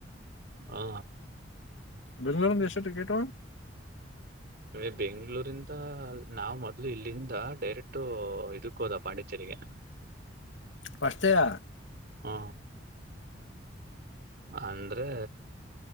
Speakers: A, on the right (about 60°); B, on the left (about 80°).
A: ಹಾ
B: ಬೆಂಗಳೂರು ದೇಶ ಕೇಟೋ
A: ಇ ಬೆಂಗ್ಗಳೂರಿಂದ ನಾವ್ ಮೊದ್ಲು ಇಲ್ಲಿಂದ ಡೈರೆಕ್ಟ ಇದಕ್ೋದ ಪಾಂಡಿಚೇರಿಗೆ
B: ಪಷ್ಟತೆಯ
A: ಹಾ ಅಂದ್ರೆ